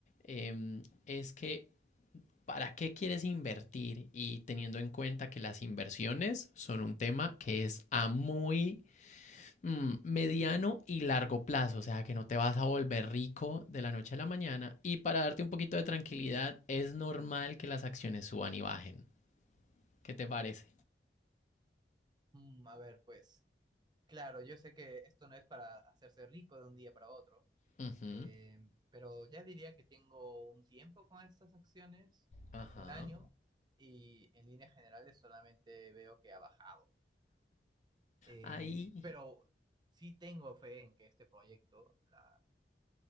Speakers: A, on the left; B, on the right.
A: eh, es que para qué quieres invertir y teniendo en cuenta que las inversiones son un tema que es a muy mm, mediano y largo plazo, o sea, que no te vas a volver rico de la noche a la mañana. Y para darte un poquito de tranquilidad, es normal que las acciones suban y bajen. ¿Qué te parece?
B: Mm, a ver, pues claro, yo sé que esto no es para hacerse rico de un día para otro,
A: Ujú,
B: eh, pero ya diría que tengo un tiempo con estas acciones,
A: Ajá.
B: un año, y en líneas generales solamente veo que ha bajado. Eh,
A: Ahí,
B: pero sí tengo fe en que este proyecto, la-